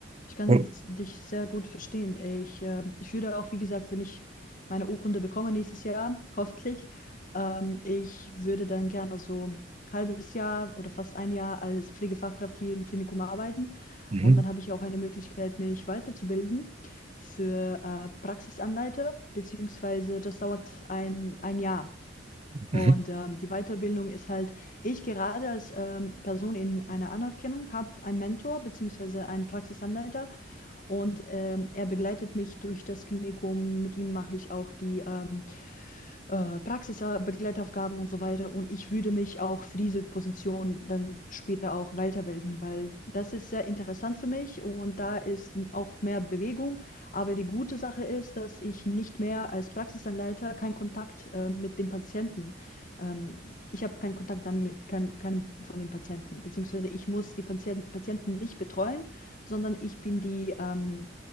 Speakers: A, on the left (about 45°); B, on the right (about 35°).
A: Ich kann
B: Und,
A: jetzt dich sehr gut verstehen. Ich, äh, ich würde auch, wie gesagt, wenn ich meine Urkunde bekomme nächstes Jahr, <laughs> hoffentlich, ähm, ich würde dann gerne so ein halbes Jahr oder fast ein Jahr als Pflegefachkraft hier im Klinikum arbeiten.
B: mhm,
A: Und dann habe ich auch eine Möglichkeit, mich weiterzubilden für äh, Praxisanleiter, beziehungsweise das dauert ein, ein Jahr.
B: mhm.
A: Und ähm, die Weiterbildung ist halt, ich gerade als ähm, Person in einer Anerkennung habe einen Mentor, beziehungsweise einen Praxisanleiter. Und ähm, er begleitet mich durch das Klinikum. Mit ihm mache ich auch die ähm, äh, Praxisbegleitaufgaben und so weiter. Und ich würde mich auch für diese Position dann später auch weiterbilden, weil das ist sehr interessant für mich und da ist auch mehr Bewegung. Aber die gute Sache ist, dass ich nicht mehr als Praxisanleiter keinen Kontakt äh, mit dem Patienten. Ähm, ich habe keinen Kontakt dann mit keinem, keinem von den Patienten, beziehungsweise ich muss die Patient, Patienten nicht betreuen, sondern ich bin die ähm,